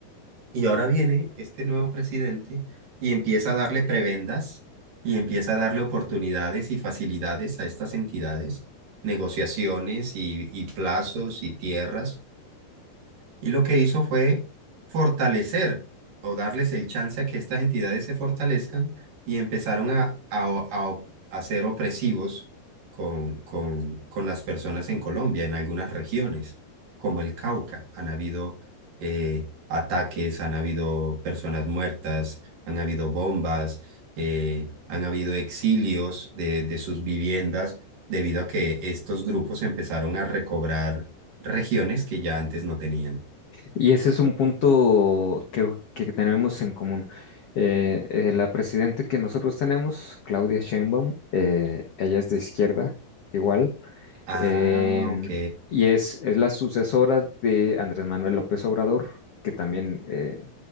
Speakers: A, on the right (about 55°); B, on the left (about 65°).
A: Y ahora viene este nuevo presidente y empieza a darle prebendas y empieza a darle oportunidades y facilidades a estas entidades, negociaciones y, y plazos y tierras y lo que hizo fue fortalecer o darles el chance a que estas entidades se fortalezcan y empezaron a, a, a- a ser opresivos con, con, con las personas en Colombia, en algunas regiones, como el Cauca. Han habido eh, ataques, han habido personas muertas, han habido bombas, eh, han habido exilios de, de sus viviendas debido a que estos grupos empezaron a recobrar regiones que ya antes no tenían.
B: Y ese es un punto creo que tenemos en común. Eh, eh, la presidenta que nosotros tenemos, Claudia Sheinbaum, eh, ella es de izquierda, igual.
A: Ah,
B: Em,
A: ok.
B: y es, es la sucesora de Andrés Manuel López Obrador, que también eh,